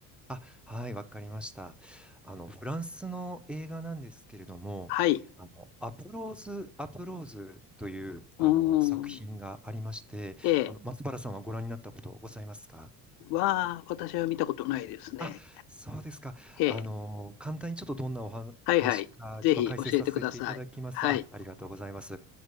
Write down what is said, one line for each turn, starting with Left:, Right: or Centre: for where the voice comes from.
Centre: あ、はい、わかりました。あの、フランスの映画なんですけれども、
Left: はい。
Centre: あの、アプローズ・アプローズという、あの、
Left: うーん。
Centre: 作品がありまして、
Left: A
Centre: あの、松原さんはご覧になったことございますか
Left: は私は見たことないですね。
Centre: あ、そうですか。
Left: A。
Centre: あの、簡単にちょっとどんなお話か、
Left: はいはい。ぜひ教えてください。
Centre: ちょっと解説させていただきますと、
Left: はい。
Centre: あ、ありがとうございます。